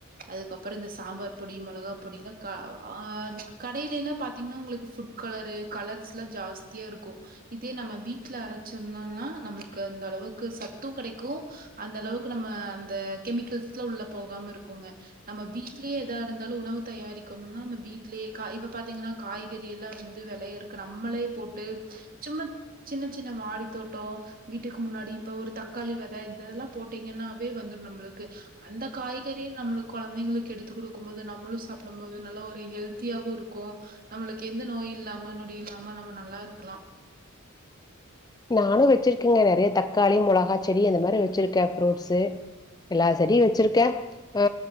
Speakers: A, on the right (about 45°); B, on the left (about 20°).
A: அதுக்கப்பறொ இந்த சாம்பார் பொடி மெளகா பொடில்லா ஆ கடைலெல்லா பாத்திங்கன்னா உங்களுக் ஃபுட் கலரு கலர்ஸ்ல்லா ஜாஸ்தியா இருக்கு இதே நம்ம வீட்ல அரச் சொன்னன்னா நம்ளுக்கு அந்த அளவுக்கு சத்து கெடைக்கு அந்த அளவுக்கு நம்ம அந்த கெமிக்கல்ஸ்லா உள்ள போகாம இருக்குங்க நம்ம வீட்லயே ஏதா இருந்தாலு உணவு தயாரிக்கணும்னா நம்ம வீட்லயே கா இப்ப பாத்திங்கன்னா காய்கறி எல்லா வந்து வெளையறுக்க நம்மளே போட்டு சும்மா சின்ன சின் இந்த மாடித்தோட்டோ வீட்டுக்கு முன்னாடி இப்ப ஒரு தக்காளி வெத இதெல்லா போட்டீங்கன்னாவே வந்துடு நம்ப்ளுக்கு அந்த காய்கறி நம்ளுக் கொழந்தைங்களுக் எடுத்து குடுக்கும் போது நம்மளு சாப்டம் போது நல்லா ஒரு ஹெல்த்தியாவு இருக்கு நம்மளுக்கு எந்த நோய் இல்லாம நொடி இல்லாம நம்ம நல்லா இருக்கலா
B: நானு வெச்சிருக்கேங்க நெறைய தக்காளி மொளகாச் செடி இந்த மாரி வச்சிருக்கே ஃப்ரூட்ஸு எல்லா செடியு வெச்சுருக்கே ஆ